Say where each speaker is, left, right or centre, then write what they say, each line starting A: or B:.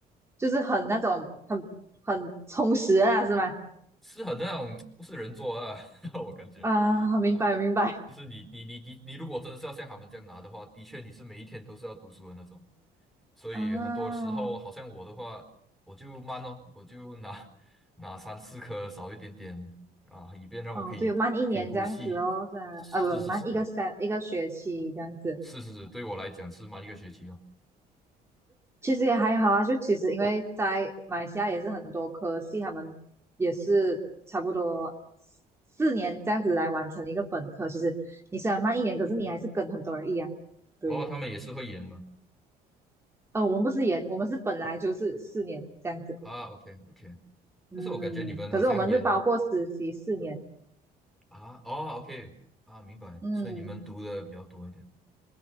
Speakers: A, on the right; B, in the centre.
A: 就是很那种很很充实啊，是吗？
B: 是很那种不是人做的啊，<laughs> 我感觉
A: 啊，明白明白
B: 啊，就是你你你的你如果真的是要像他们这样拿的话，的确你是每一天都是要读书的那种，所以很多时候好像我的话，
A: 啊，
B: 我就慢哦，我就拿拿三四颗少一点点啊，以便让我可以可以呼吸，
A: 哦，对，慢一年这样子哦，是啊，
B: 是是是
A: 啊不，慢一个三一个学期这样子。
B: 是是是对我来讲是慢一个学期哦。
A: 其实也还好啊，就其实因为在马来西亚也是很多科系，他们也是差不多四四年这样子来完成一个本科。其实你虽然慢一年，可是你还是跟很多人一样。对，
B: 哦，他们也是会延嘛？
A: 呃，我们不是研，我们是本来就是四年这样子。
B: 啊，OK OK，
A: 嗯，
B: 但是我感觉你们好像延
A: 可是我们是包括实习四年。
B: 啊，哦，OK 啊，明白，
A: 嗯
B: 所以你们读的比较多一点。